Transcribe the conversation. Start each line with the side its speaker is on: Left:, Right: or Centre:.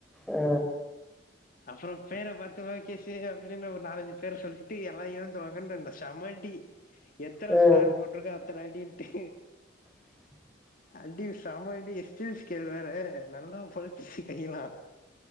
Centre: ஆ
Left: அப்புறோ பேர பாத்து லோகேசு அப்பிடின்னு ஒரு நாலஞ்சு பேர சொல்லிட்டு எல்லா எழுந்து வாங்கனு செம அடி எத்தன
Centre: ஆ
Left: ஸ்டார் போட்டிருக்கோ அத்தன அடின்டு
Centre: <inaudible>
Left: அடி செம அடி ஸ்டீல்ஸ் கேல் வேர நல்லா பழுத்துருச்சு கையுலா